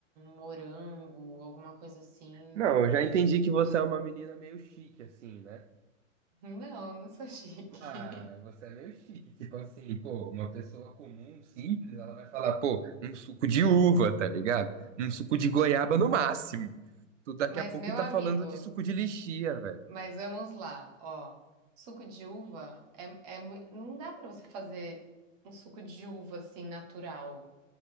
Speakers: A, on the right; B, on the right.
A: morango, alguma coisa assim.
B: Não, eu já entendi que você é uma menina meio chique, assim, né?
A: Não, não sou chique.
B: Ah,
A: <laughs>
B: você é meio chique. Tipo assim, pô, uma pessoa comum, simples, ela vai falar, pô, um suco de uva, tá ligado? Um suco de goiaba no máximo. Tu daqui
A: Mas,
B: a pouco
A: meu
B: tá
A: amigo,
B: falando de suco de lixia, velho.
A: Mas vamos lá, ó. Suco de uva é, é mui- não dá pra você fazer um suco de uva assim natural.